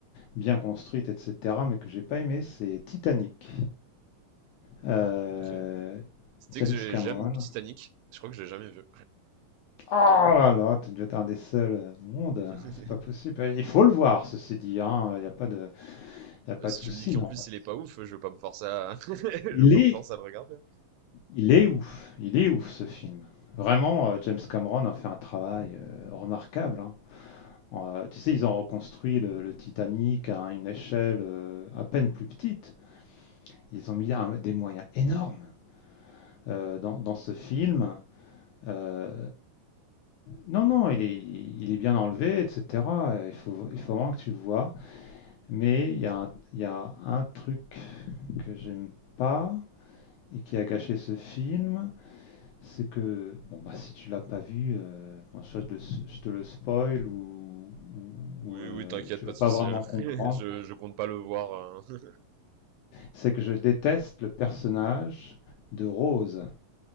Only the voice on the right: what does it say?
Ok. C'était
que j'ai
jamais vu Titanic. Je crois que j'ai jamais vu.
<laughs>
Bah, si
tu me dis qu'en
plus il est pas ouf, je vais pas me forcer à <laughs> je
vais pas
me forcer à le regarder. hein.
Oui,
oui, t'inquiète,
pas
de
souci.
hein.
<laughs> Je je compte pas le voir. hein.